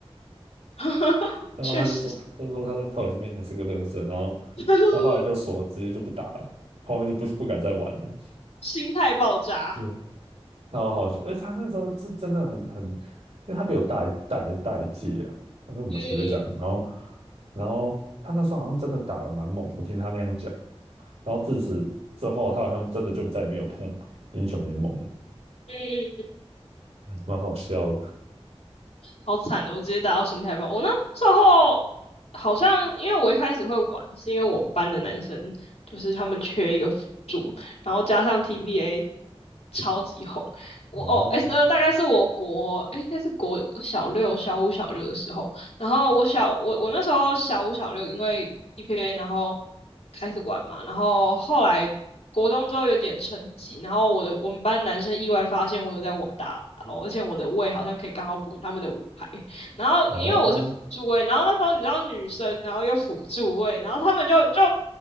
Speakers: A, on the left (about 85°); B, on the right (about 85°).
A: <laughs>
B: 然后他就说他就说他在
A: 确实，
B: Toys 面前是个乐色，然后
A: <laughs>
B: 他后来就说直接就不打了，后面就不不敢再玩了。
A: 心态爆炸。
B: 对，超好笑，而且他那时候是真的很很，因为他比我大一大一大一届啊，他是我们学长，
A: 嗯
B: 然后然后他那时候好像真的打得蛮猛的，听他那样讲，然后自此之后，他好像真的就再也没有碰英雄联盟了，
A: 嗯嗯。
B: 嗯蛮好笑的。
A: 好惨的，我直接打到心态爆。我那时候好像因为我一开始会玩，是因为我们班的男生就是他们缺一个辅助，然后加上 TBA 超级红。我哦，S
B: 哦
A: 二大概是我国，诶应该是国小六、小五、小六的时候，然后我小我我那时候小五小六，因为 EPA 然后开始玩嘛，然后后来国中之后有点成绩，然后我的我们班男生意外发现我有在我打咯，而且我的位好像可以刚好补他们的五排，然后因为我是辅助位，
B: 哦
A: 然后那时候你知道女生，然后又辅助位，然后他们就就，